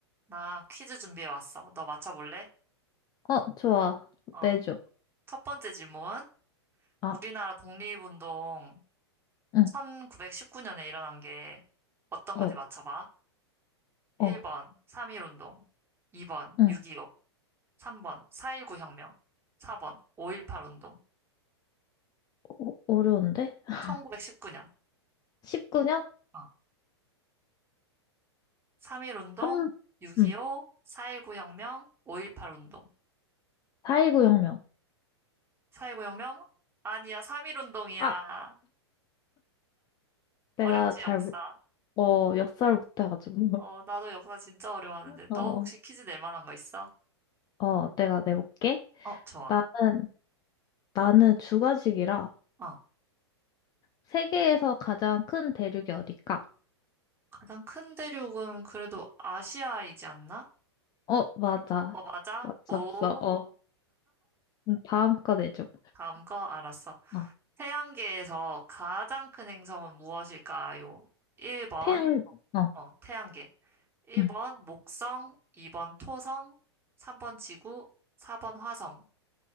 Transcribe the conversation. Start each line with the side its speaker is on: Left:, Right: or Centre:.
Right: 나 퀴즈 준비해 왔어. 너 맞춰볼래?
Left: 어, 좋아.
Right: 어.
Left: 내줘.
Right: 첫 번째 질문.
Left: 아,
Right: 우리나라 독립운동
Left: 응,
Right: 1919년에 일어난 게 어떤
Left: 어,
Right: 건지 맞춰봐.
Left: 어,
Right: 1번 3.1운동, 2번
Left: 응.
Right: 6.25, 3번 4.19 혁명, 4번 5.18 운동,
Left: 어, 어려운데? <laughs>
Right: 1919년.
Left: 19년?
Right: 어. 3.1운동,
Left: 3,
Right: 6.25,
Left: 응.
Right: 4.19 혁명, 5.18 운동.
Left: 4.19 혁명.
Right: 4.19 혁명? 아니야, 3.1 운동이야.
Left: 아, 내가
Right: 어렵지,
Left: 잘,
Right: 역사.
Left: 모- 어, 역사를 못해가지고.
Right: 어, 나도 역사 진짜 어려워하는데.
Left: <laughs> 어,
Right: 너 혹시 퀴즈 낼 만한 거 있어?
Left: 어, 내가 내볼게.
Right: 어, 좋아.
Left: 나는, 나는 주관식이라
Right: 어,
Left: 세계에서 가장 큰 대륙이 어딜까?
Right: 가장 큰 대륙은 그래도 아시아이지 않나?
Left: 어, 맞아.
Right: 어, 맞아?
Left: 맞췄어.
Right: 오,
Left: 어. 음, 다음 거 내줘.
Right: 다음 거 알았어.
Left: 어.
Right: 태양계에서 가장 큰 행성은 무엇일까요? 1번,
Left: 태양, 어,
Right: 어, 태양계. 1번,
Left: 응.
Right: 목성. 2번, 토성. 3번, 지구. 4번, 화성.